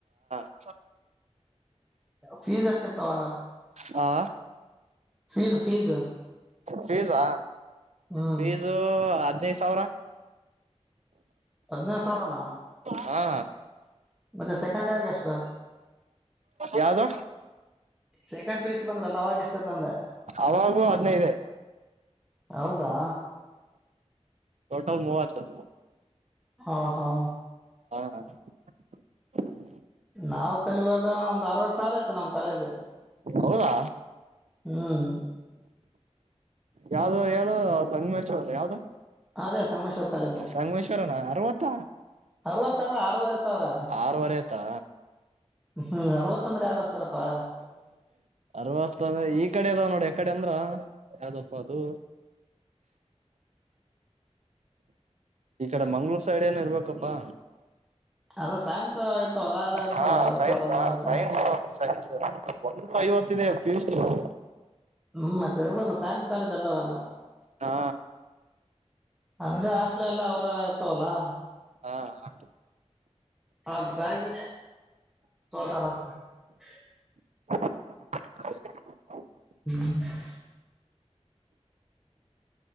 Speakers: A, on the right (about 75°); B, in the centre.
A: ಹ
B: ಫೀಸ್ ಅಷ್ಟ ಇತ್ತ ಅವಾಗ
A: ಹಾ
B: ಫೀಸ್ ಫೀಸ್
A: ಫೀಸಾ
B: ಹ್ಮ್
A: ಫೀಸು ಹದ್ಿನೈದು ಸಾವಿರ
B: ಹದ್ನೈದು ಸಾವಿರನಾ
A: ಹಾ
B: ಮತ್ತೆ ಸೆಕೆಂಡ್ ಇಯರ್ಗೆ ಎಷ್ಟು
A: ಯಾವ್ದ
B: ಸೆಕೆಂಡ್ ಪಿ ಯು ಸಿ ಬಂದ್ರಲ್ಲ ಅವಾಗ ಎಷ್ಟ ತಂದೆ
A: ಅವಾಗೂ ಹದ್ಿನೈದೇ
B: ಹೌದಾ
A: ಟೋಟಲ್ ಮೂವತ್ತು
B: ಹಾ ಹಾ
A: <inaudible>
B: ನಾವವು ಕಲೀವಾಗ ಒಂದ್ ಅರ್ವತ್ ಸಾವಿರ ಆಯ್ತು ನಮ್ ಕಾಲೇಜ್
A: ಹೌದಾ
B: ಹ್ಮ್
A: ಯಾವ್ದ ಹೇಳ <unintelligible> ಯಾವ್ದ
B: ಅದೇ ಸಮ್ಮೇಶ್ವರ್ ಕಾಲೇಜ
A: ಸಂಗಮೇಶ್ವರನ ಅರವತ್ತ
B: ಅರವತ್ತಲ್ಲ ಆರವರೆ ಸಾವಿರ
A: ಆರವರೆ ಆಯತಾ
B: ಹ್ಮ್ ಅರವತ್ತ ಅಂದ್ರೆ ಯಾರ ಹಸ್ತಾರಪ್ಪಾ
A: ಅರವತ್ತ ಈ ಕಡೆ ಇದಾವೆ ನೋಡ ಕಡೆ ಅಂದ್ರ ಯಾವ್ದಪ್ಪ ಅದು ಈ ಕಡೆ ಮಂಗ್ಳೂರ್ ಸೈಡ್ ಏನ ಇರ್ಬೇಕಪ್ಪಾ
B: ಅದು ಸೈನ್ಸ್ ಇರ್ತಾವಲ್ಲ ಎಲ್ಲ ಇರ್ತಾವಲ್ಲ
A: ಹಾ
B: ಅರವತ್
A: ಸೈನ್ಸ್
B: ಸಾವಿರನ
A: ಹ
B: ಇರುತ್ತೆ
A: ಸೈನ್ಸ್ ಅ ಸೈನ್ಸ್ ಒಂದು ಐವತ್ತಿದೆ <unintelligible>
B: ಹ್ಮ್ ಮತ್ತೆ ಇರ್ಬದು ಸೈನ್ಸ್ ಕಾಲೇಜ್ ಅಲ್ಲ ಅವೆಲ್ಲ
A: ಹಾ
B: ಅಂದ್ರೆ ಹಾಸ್ಟೆಲ್ ಎಲ್ಲ ಅವ್ರ ಇರ್ತವಲ್ಲಾ
A: ಹಾ ಹಾ
B: <unintelligible>
A: <inaudible>
B: <inaudible>